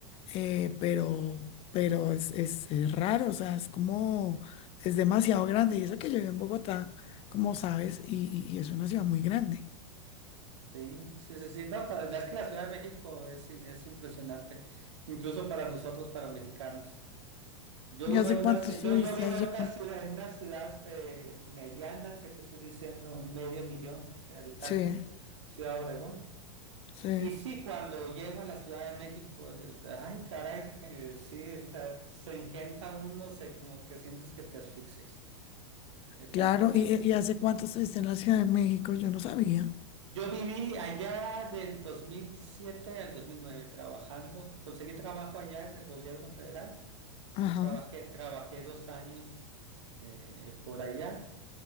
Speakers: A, on the left; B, on the right.
A: eh, pero, pero es, es- es raro, o sea, es como, es demasiado grande. Y eso que yo vivo en Bogotá, como sabes, y, y- y es una ciudad muy grande.
B: sí, sí, sí, sí, no, para- es que la Ciudad de México es, es impresionante, incluso para nosotros, para mexicanos. Yo
A: ¿Y
B: vivo
A: hace
B: en una,
A: cuánto
B: ci-
A: estuviste
B: yo, yo vivo
A: allá?
B: en una ciudad, en una ciudad eh, mediana, que te estoy diciendo, medio millón de habitantes,
A: Sí,
B: Ciudad Obregón.
A: sí,
B: Y sí, cuando llego a la Ciudad de México, eh, ay, caray, eh, sí, o sea, se engenta uno, se, como que sientes que te asfixias de tanto
A: claro.
B: movimiento.
A: ¿Y, y hace cuánto estuviste en la Ciudad de México? Yo no sabía.
B: Yo viví allá del 2007 al 2009 trabajando. Conseguí trabajo allá en el gobierno federal.
A: Ajá.
B: Trabajé, trabajé dos años eh, por allá,